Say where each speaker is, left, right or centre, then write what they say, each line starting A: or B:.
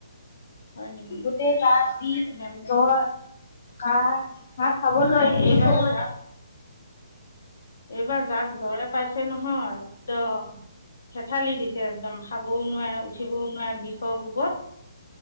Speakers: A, on the left; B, on the left.
A: হয় নেকি
B: গোটেই ৰাতি
A: এনে
B: জৰ। কা হাঁ খাব নোৱাৰি
A: এই এইবাৰ
B: তেক মানে।
A: যাক এইবাৰ যাক জৰে পাইছে নহয় একদম। খেঠালি দিছে একদম খাবও নোৱাৰে উঠিবও নোৱাৰে বিষৰ কোবত।